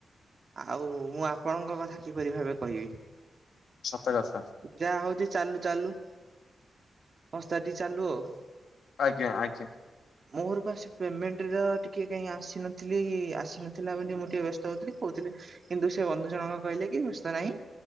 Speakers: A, on the right; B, on the left.
A: ଆଉ ମୁଁ ଆପଣଙ୍କ କଥା କିପରି ଭାବେ କହିବି।
B: ସତ କଥା।
A: ଯାହା ହଉଛି ଚାଲୁ ଚାଲୁ ସଂସ୍ଥାଟି ଚାଲୁ ଆଉ।
B: ଆଜ୍ଞା ଆଜ୍ଞା।
A: ମୋର ପା ପେମେଣ୍ଟର କିଏ କାଇହିଁ ଆସିନଥିଲି ଆସି ନଥିଲା ବୋଲି ମୁଁ ଟିକେ ବ୍ୟସ୍ତ ହଉଥିଲି କହୁଥିଲି କିନ୍ତୁ ସେ ବନ୍ଧୁ ଜଣଙ୍କ କହିଲେ କି ବ୍ୟସ୍ତ ନାହିଁ।